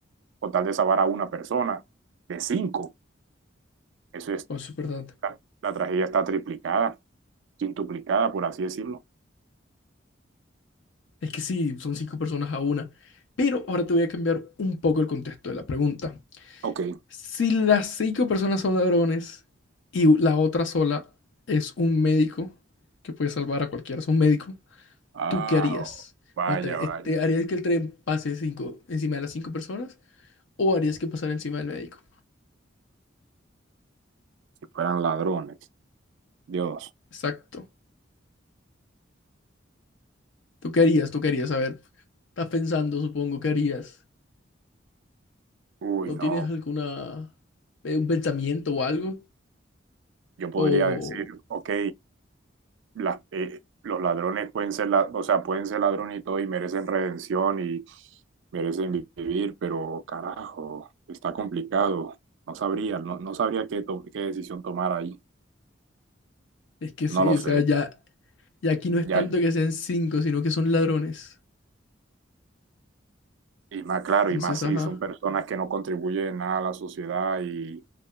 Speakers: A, on the right; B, on the left.
A: Con tal de salvar a una persona, de cinco, eso es,
B: Bueno, eso es verdad.
A: la, la tragedia está triplicada, quintuplicada, por así decirlo.
B: Es que sí, son cinco personas a una. Pero ahora te voy a cambiar un poco el contexto de la pregunta.
A: Ok.
B: Si las cinco personas son ladrones y la otra sola es un médico que puede salvar a cualquiera, es un médico,
A: Ah,
B: ¿tú qué harías?
A: oh, vaya,
B: ¿Matar, este,
A: vaya.
B: harías que el tren pase cinco, encima de las cinco personas o harías que pasara encima del médico?
A: Si fueran ladrones. Dios.
B: Exacto. ¿Tú qué harías? ¿Tú qué harías? A ver, estás pensando, supongo, ¿qué harías?
A: Uy,
B: ¿No
A: no.
B: tienes alguna, eh, un pensamiento o algo?
A: Yo podría
B: O
A: decir, ok, las, eh, los ladrones pueden ser, la- o sea, pueden ser ladrones y todo y merecen redención y merecen vi- vivir, pero carajo, está complicado. No sabría, no, no sabría qué, to- qué decisión tomar ahí.
B: es que sí,
A: No lo
B: o
A: sé.
B: sea, ya, ya aquí no es
A: Ya,
B: tanto que sean cinco, sino que son ladrones.
A: y más claro,
B: Entonces,
A: y más
B: ajá.
A: si son personas que no contribuyen en nada a la sociedad y,